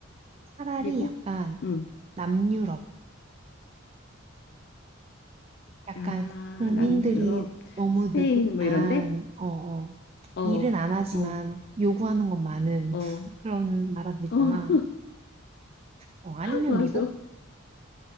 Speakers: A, on the right; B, on the left.
A: 차라리
B: 미국?
A: 약간
B: 응.
A: 남유럽. 약간
B: 아,
A: 고- 국민들이
B: 남유럽,
A: 너무
B: 스페인
A: 느긋한,
B: 뭐 이런데?
A: 어, 어,
B: 어.
A: 일은 안 하지만
B: 어.
A: 요구하는 건 많은
B: 어.
A: <laughs> 그런 나라들 있잖아.
B: 어.
A: 어, 아니면
B: <laughs> 맞아.
A: 미국?